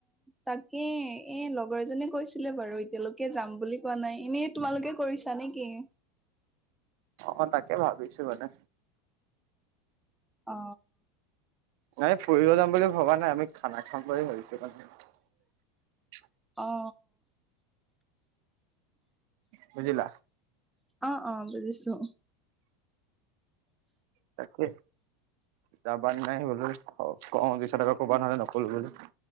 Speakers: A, in the centre; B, on the right.
A: তাকে এ লগৰ এজনে কৈছিলে বাৰু এতিয়ালৈকে যাম বুলি কোৱা নাই এনেই তোমালোকে কৰিছা ছা নেকি?
B: অ তাকে ভাবিছো মানে।
A: অ
B: নাই ফুৰিব যাম বুলি ভবা নাই আমি খানা খাম বুলি ভাবছো।
A: অ
B: বুজিলা।
A: অ অ বুজিছো
B: তাকে। যাবান নাই ব ক দুইশ টকা কবা হলে নক'লো বুলি